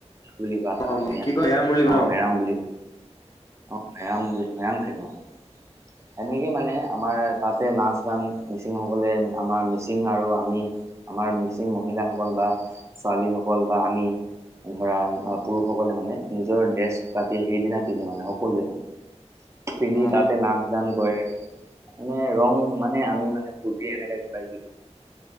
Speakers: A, on the right; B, on the left.
A: বুলি কোৱা হয়
B: অ',
A: অসমীয়া
B: কি কয় এয়াম বুলি কয়
A: অ
B: ন?
A: মেৰাম বুলি অ মেৰাম বুলি মেৰাম থাকে মানে সেনেকে মানে আমাৰ তাতে নাচ গান মিচিং সকলে আমাৰ মিচিং আৰু আমি আমাৰ মিচিং মহিলাসকল বা ছোৱালীসকল বা আমি ধৰা পুৰুষসকলে মানে নিজৰ ড্ৰেছ পাতি সেইদিনা পিন্ধে মানে সকলোৱে মানে। পিন্ধি
B: অ'।
A: তাতে নাচ- দৰ্শন এনে ৰং মানে আমি মানে ফুৰ্তি এনেকে কিবা কিবি কৰো।